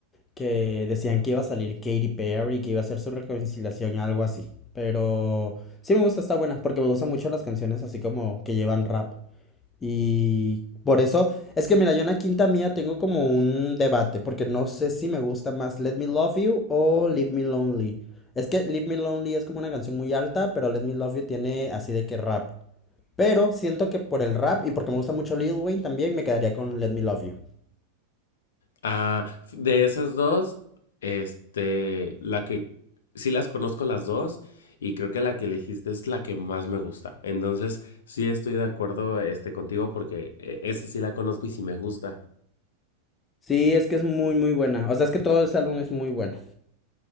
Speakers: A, on the left; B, on the left.
A: que decían que iba a salir Katy Perry, que iba a ser su reconciliación, algo así. Pero sí me gusta, está buena, porque me gustan mucho las canciones así como que llevan rap. Y por eso, es que mira, yo en la quinta mía tengo como un debate, porque no sé si me gusta más Let Me Love You o Leave Me Lonely. Es que Leave Me Lonely es como una canción muy alta, pero Let Me Love You tiene así de que rap. Pero siento que por el rap y porque me gusta mucho Lil Wayne también me quedaría con Let Me Love You.
B: Ah, de esas dos, este, la que sí las conozco las dos y creo que la que elegiste es la que más me gusta. Entonces, sí estoy de acuerdo este contigo porque eh, esa sí la conozco y sí me gusta.
A: Sí, es que es muy, muy buena. O sea, es que todo este álbum es muy bueno.